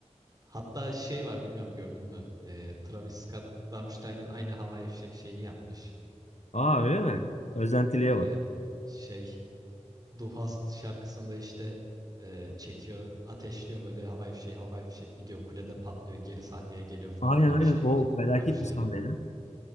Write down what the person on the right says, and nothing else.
hatta şey var bilmiyorum gördün mü? Ee, Travis Scott Rammstein'in aynı Hava Fişek şeyini yapmış.
He,
şey Du Hast şarkısında işte e, çekiyor, ateşliyor böyle havai fişek, havai fişek gidiyor kulede patlıyor, geri sahneye geliyor falan
öyle
bir şey
var
Rammstein'ın.